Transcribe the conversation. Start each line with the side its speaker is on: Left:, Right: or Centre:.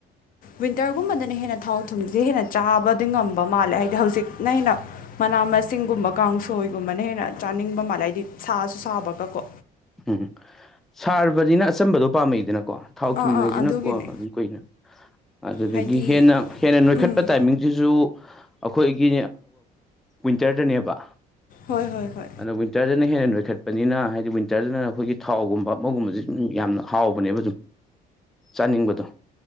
Left: ꯋꯤꯟꯇꯔꯒꯨꯝꯕꯗꯅ ꯍꯦꯟꯅ ꯊꯥꯎ ꯊꯨꯝꯁꯦ ꯍꯦꯟꯅ ꯆꯥꯕꯗꯤ ꯉꯝꯕ ꯃꯥꯜꯂꯦ ꯍꯥꯏꯗꯤ ꯍꯧꯖꯤꯛꯅ ꯍꯦꯟꯅ ꯃꯅꯥ ꯃꯁꯤꯡꯒꯨꯝꯕ ꯀꯥꯡꯁꯣꯏꯒꯨꯝꯕꯅ ꯍꯦꯟꯅ ꯆꯥꯅꯤꯡꯕ ꯃꯥꯜꯂꯦ ꯍꯥꯏꯗꯤ ꯁꯥꯁꯨ ꯁꯥꯕꯒ ꯀꯣ
Centre: ꯎꯝ ꯁꯥꯔꯕꯅꯤꯅ ꯑꯆꯝꯕꯗꯣ ꯄꯥꯝꯃꯛꯏꯗꯅꯀꯣ ꯊꯥꯎ ꯊꯨꯝꯅꯁꯤꯅꯀꯣ
Left: ꯑꯥ ꯑꯥ ꯑꯗꯨꯒꯤꯅꯦ
Centre: ꯑꯗꯨ ꯀꯨꯏꯅ ꯑꯗꯨꯗꯒꯤ
Left: ꯍꯥꯏꯗꯤ
Centre: ꯍꯦꯟꯅ ꯍꯦꯟꯅ ꯅꯣꯏꯈꯠꯄ
Left: ꯎꯝ
Centre: ꯇꯥꯏꯃꯤꯡ ꯁꯤꯁꯨ ꯑꯩꯈꯣꯏꯒꯤ ꯀ꯭ꯋꯤꯟꯇꯔꯗꯅꯦꯕ
Left: ꯍꯣꯏ ꯍꯣꯏ ꯍꯣꯏ
Centre: ꯑꯗꯣ ꯋꯤꯟꯇꯔꯗꯅ ꯍꯦꯟꯅ ꯅꯣꯏꯈꯠꯄꯅꯤꯅ ꯍꯥꯏꯗꯤ ꯋꯤꯟꯇꯔꯗꯅ ꯑꯩꯈꯣꯏꯒꯤ ꯊꯥꯎꯒꯨꯝꯕ ꯃꯒꯨꯝꯕꯁꯦ ꯁꯨꯝ ꯌꯥꯝꯅ ꯍꯥꯎꯕꯅꯦꯕ ꯑꯗꯨ ꯆꯥꯅꯤꯡꯕꯗꯣ